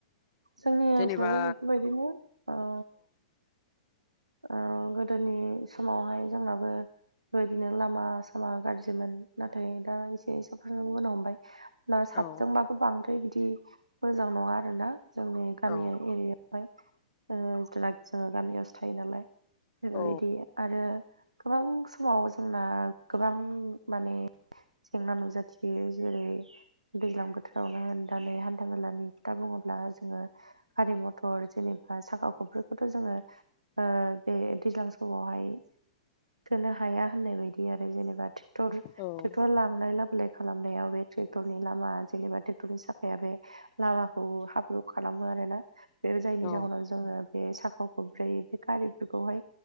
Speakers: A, on the right; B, on the left.
A: जोंनि ओनसोलावबो
B: जेनेबा
A: बेफोरबायदिनो औ ओ गोदोनि समावहाय जोंनाबो बेबायदिनो लामा सामा गाज्रिमोन नाथाय दा एसे साबस्रांबोनो हमबाय। साबजोंबाबो
B: औ
A: बांद्राय बिदि मोजां नङा आरोना जोंनि गामि
B: औ
A: एरियायाव। फ्राय ओ <unintelligible> जोङो गामियावसो थायो नालाय बेफोरबायदि
B: औ
A: आरो गोबां समाव जोंना गोबां माने जेंना नुजाथियो जेरै दैज्लां बोथोरावनो होननानै हान्था मेलानि खोथा बुङोब्ला जोङो गारि मथर जेनेबा साखा खब्रैखौथ' जोङो ओ बे दैज्लां समावहाय थोनो हाया होननाय बायदि आरो जेनेबा ट्रेक्टर
B: औ
A: टेक्टर लांनाय लाबो लाय खालामनायाव बे ट्रेक्टरनि लामा जेनेबा टेक्टरनि साखाया बे लामाखौ हाब्रु खालामो आरोना बे जायनि
B: औ
A: जाहोनाव जोङो बे साखा खब्रै गारिफोरखौहाय